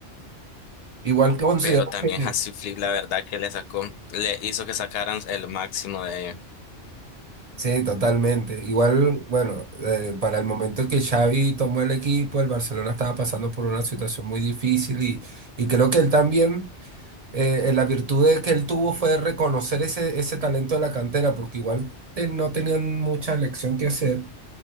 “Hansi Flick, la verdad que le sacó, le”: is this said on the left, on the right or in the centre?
Left